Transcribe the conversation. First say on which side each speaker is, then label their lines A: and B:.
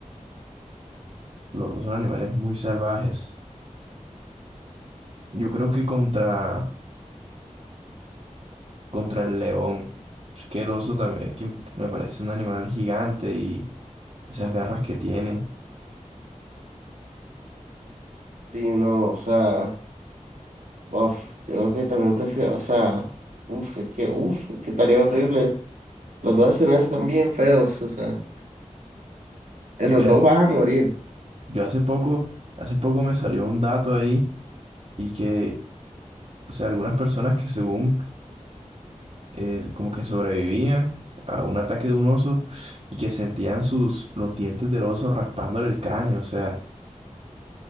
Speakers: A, on the right; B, on the right.
A: los dos son animales muy salvajes. Yo creo que contra, contra el león. Es que el oso también, es que me parece un animal gigante y esas garras que tiene.
B: Sí, no, o sea, uf, yo creo que también prefiero, o sea, uf, es que, uf, que estaría horrible. Los dos escenarios están bien feos, o sea, en los
A: Mira,
B: dos vas a morir,
A: yo hace poco, hace poco me salió un dato ahí y que, o sea, algunas personas que según eh, como que sobrevivían a un ataque de un oso y que sentían sus, los dientes del oso raspándole el cráneo, o sea,